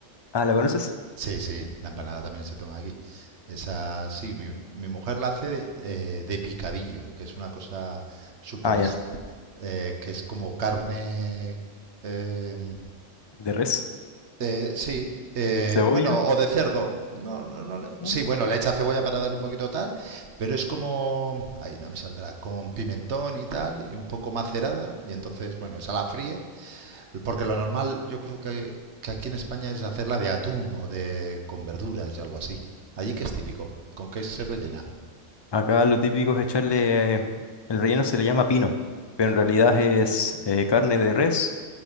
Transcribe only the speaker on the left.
Ah, ¿la conoces?
Ah, ya,
de res,
cebolla.
¿no?
Acá lo típico es echarle... eh, El relleno se le llama pino, pero en realidad es eh, carne de res.